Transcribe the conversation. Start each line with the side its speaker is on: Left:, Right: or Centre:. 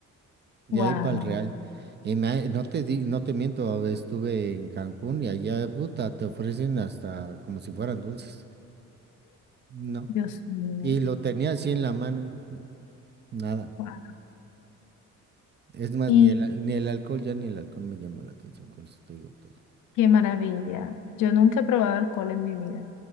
Right: de
Left: Wow,
Right: ahí para el Real. Y na- no te di, no te miento, estuve en Cancún y allá, puta, te ofrecen hasta como si fueran dulces. No.
Left: Dios mío,
Right: Y lo tenía así en la mano y nada.
Left: wow.
Right: Es más,
Left: Y
Right: ni el, ni el alcohol, ya ni el alcohol me llama la atención, con eso te digo todo.
Left: qué maravilla. Yo nunca he probado alcohol en mi vida,